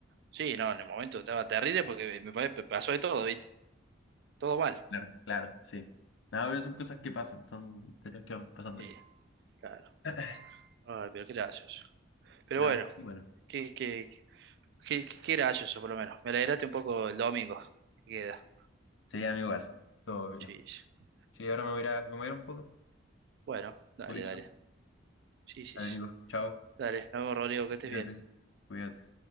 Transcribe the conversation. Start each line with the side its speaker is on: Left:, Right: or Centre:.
Right: Sí, no, en el momento estaba terrible porque me, pa- pasó de todo, ¿viste? Todo mal.
Left: Claro, claro, sí. Nada, pero son cosas que pasan, son historias que van pasando
Right: Sí,
Left: ahí.
Right: claro.
Left: <clears throat>
Right: Ay, pero qué gracioso. Pero
Left: Nada,
Right: bueno,
Left: y bueno.
Right: que que qué, qué gracioso, por lo menos. Me alegraste un poco el domingo. que Queda.
Left: Sí, a mí igual. Todo bien.
Right: Sí. sí.
Left: Sí, ahora me voy a ir a comer un poco.
Right: Bueno, dale,
Left: Muy bien.
Right: dale. Sí, sí.
Left: Dale,
Right: sí.
Left: Nico. Chao.
Right: Dale, nos vemos, Rodrigo, que estés
Left: Cuídate.
Right: bien.
Left: Cuídate.